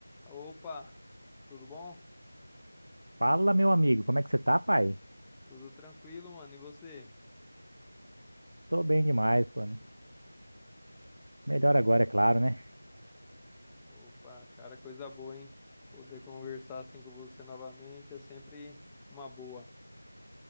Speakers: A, in the centre; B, on the right.
A: Opa, tudo bom?
B: Fala, meu amigo, como é que você tá, pai?
A: Tudo tranquilo, mano. E você?
B: Tô bem demais, pô. né? Melhor agora, é claro, né?
A: Opa, cara, coisa boa, hein? Poder conversar assim com você novamente é sempre uma boa.